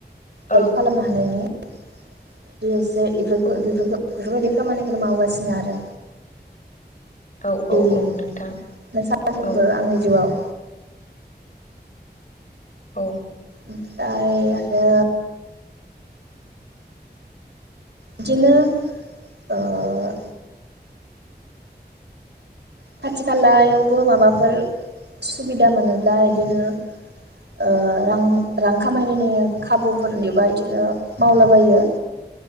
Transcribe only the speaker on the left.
औ
औ
औ औ
औ
नोंथां
औ
औ